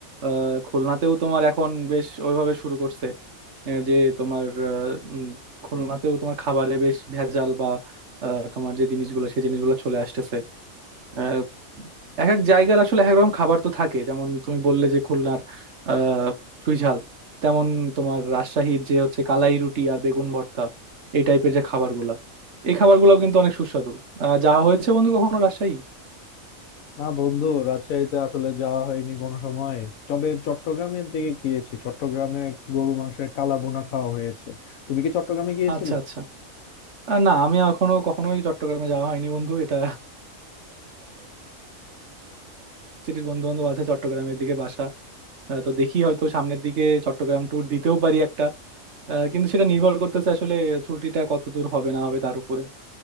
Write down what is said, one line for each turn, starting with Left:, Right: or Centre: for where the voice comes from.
Right: আহ, খুলনাতেও তোমার এখন বেশ ওইভাবে শুরু করছে আহ, যে তোমার আহ, উম, খুলনাতেও তোমার খাবারে বেশ ভেজাল বা আহ, তোমার যে জিনিসগুলো সেই জিনিসগুলো চলে আসতেছে আহ, এক এক জায়গার আসলে এক এক রকম খাবার তো থাকে যেমন তুমি বললে যে খুলনার আহ চুইঝাল তেমন তোমার রাজশাহীর যে হচ্ছে কালাই রুটি আর বেগুন ভর্তা এই টাইপের যে খাবারগুলা এই খাবারগুলো কিন্তু অনেক সুস্বাদু আহ যা হয়েছে বন্ধু কখনো রাজশাহী
Left: না বন্ধু রাজশাহীতে আসলে যাওয়া হয়নি কোনো সময় তবে চট্টগ্রামের দিকে গিয়েছি চট্টগ্রামে গরু মাংসের কালা বোনা খাওয়া হয়েছে তুমি কি চট্টগ্রামে গিয়েছিলে
Right: আচ্ছা আচ্ছা আহ না আমি এখনো কখনোই চট্টগ্রামে যাওয়া হয়নি বন্ধু এটা <laughs> আমি যাইতে চাই অবশ্য বন্ধু বান্ধব আছে ভার্সিটির বন্ধু বান্ধব আছে চট্টগ্রামের দিকে বাসা আহ, তো দেখি হয়তো সামনের দিকে চট্টগ্রাম ট্যুর দিতেও পারি একটা আহ, কিন্তু সেটা নির্ভর করতেছে আসলে ছুটিটা কত দূর হবে না হবে তার উপরে